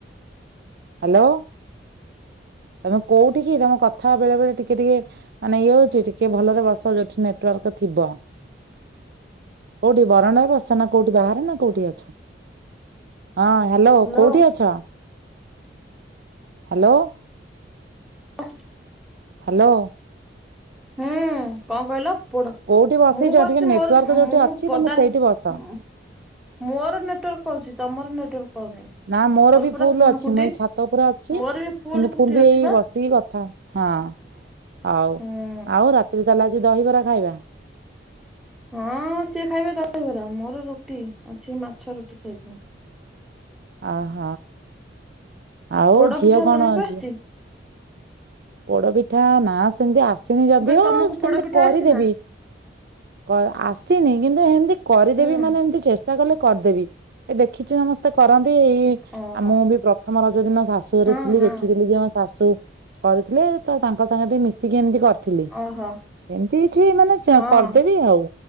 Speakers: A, on the right (about 60°); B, in the centre.
A: ହାଲୋ। ତମେ କୋଉଠିକି ତମ କଥା ବେଳେ ବେଳେ ଟିକେ ଟିକେ ମାନେ ଇଏ ହଉଚି ଟିକେ ଭଲରେ ବସ ଯୋଉଠି ନେଟ୍ ୱାର୍କ ଥିବ। କୋଉଠି ବରଣ୍ଡାରେ ବସିଚ। ନା କଉଠି ବାହାରେ ନା କୋଉଠି ଅ ହଁ ହାଲୋ
B: ହ୍ୟାଲୋ।
A: କୋଉଠି ଅଛ? ହାଲୋ।
B: <inaudible>
A: ହାଲୋ।
B: ହୁଁ କଣ କହିଲ? ପୋଡ଼
A: କୋଉଠି ବସିଛ
B: ମୁଁ ବସ୍ଚି
A: ଟିକେ ନେଟୱାର୍କ
B: ମୋର ଉଁ
A: ଯୋଉଠି
B: ମୁଁ
A: ଅଛି
B: ପଦାରେ
A: ତମେ ସେଇଠି
B: ହୁଁ।
A: ବସ।
B: ମୋର ନେଟୱାର୍କ୍ ପାଉଚି। ତମର ନେଟୱାର୍କ୍ ପାଉନି।
A: ନା ମୋର ବି
B: ପୁରା
A: ଫୁଲ୍
B: ଫୁଲ
A: ଅଛି।
B: ଖୁଣ୍ଟି
A: ମୁଁ ଏଇ ଛାତ ଉପରେ ଅଛି। କିନ୍ତୁ
B: ମୋର ବି ଖୁଣ୍ଟି
A: ଫୁଲ ବି
B: ଅଛି
A: ଏଇ
B: ବା
A: ବସିକି କଥା ହଁ ଆଉ
B: ହୁଁ।
A: ଆଉ ରା <unintelligible> ଦହିବରା ଖାଇବା।
B: ହଁ ସିଏ ଖାଇବେ ଦହିବରା। ମୋର ରୁଟି ଅଛି ମାଛ ରୁଟି ଖାଇବି ମୁଁ।
A: ଅହ ଆଉ
B: ପୋଡ
A: ଝିଅ
B: ପିଠା
A: କଣ
B: ତମକୁ
A: ଆଜି
B: ଆସିଛି
A: ପୋଡ଼ପିଠା ନା ସେମିତି ଆସିନି ଯଦିଓ
B: ମୁଁ କହିଲି ତମକୁ
A: ସେମତି
B: ପୋଡ ପିଠା
A: କରିଦେବି।
B: ଆସିଛି ନା
A: କ ଆସିନି କିନ୍ତୁ ହେମନ୍ତି କରିଦେବି
B: ହୁଁ
A: ମାନେ ଏମିତି ଚେଷ୍ ମୁ କହିଲି କରିଦେବି। ଏ ଦେଖିଛି ସମସ୍ତେ କରନ୍ତି ଏଇ
B: ଓହୋ।
A: ଆଉ ମୁଁ ବି ପ୍ରଥମ ରଜ ଦିନ ଶାଶୁ <unintelligible>
B: ହଁ ହଁ
A: ଶାଶୁ କରିଥିଲେ। ତ ତାଙ୍କ ସାଙ୍ଗେ ଟିକେ ମିଶିକି ଏମିତି କରି ଥିଲି।
B: ଓହୋ
A: ଏମନ୍ତି କିଛି ମାନେ ଚା
B: ହଁ।
A: କରିଦେବି ଆଉ।